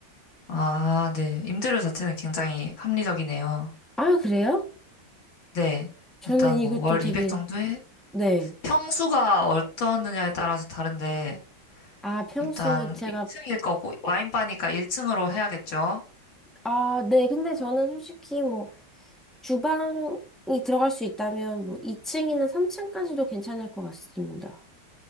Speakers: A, on the left (about 65°); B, in the centre.
A: 아, 네. 임대료 자체는 굉장히 합리적이네요.
B: 아, 그래요?
A: 네.
B: 저는
A: 일단
B: 이것도
A: 뭐 월
B: 되게
A: 200 정도에
B: 네.
A: 평수가 어떠느냐에 따라서 다른데
B: 아, 평수
A: 일단
B: 제가
A: 1층일 거고 와인바니까 1층으로 해야겠죠.
B: 아, 네. 근데 저는 솔직히 뭐 주방이 들어갈 수 있다면 뭐 2층이나 3층까지도 괜찮을 것 같습니다.